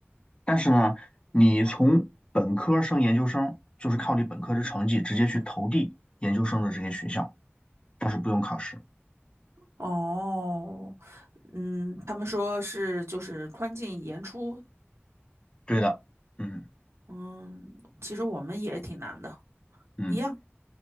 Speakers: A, on the left (about 25°); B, on the right (about 75°).
A: 但是呢，你从本科升研究生，就是靠你本科的成绩直接去投递研究生的这些学校，倒是不用考试。
B: 哦，嗯，他们说是就是宽进严出，
A: 对的，嗯
B: 嗯，其实我们也挺难的，
A: 嗯。
B: 一样